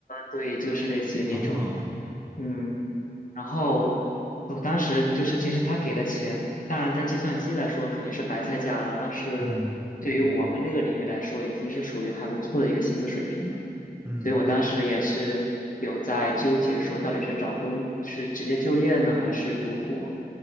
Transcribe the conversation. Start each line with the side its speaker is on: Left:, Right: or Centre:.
Left: 对，就是类似于那种，
Right: 哦，
Left: 嗯，然后我当时就是，其实他给的钱，当然在计算机来说肯定是白菜价了，但是对于我们那个领域来说，
Right: 嗯嗯
Left: 已经是属于还不错的一个薪资水平了。
Right: 嗯，
Left: 所以我当时也是有在纠结，说到底是找工，是直接就业呢，还是读博？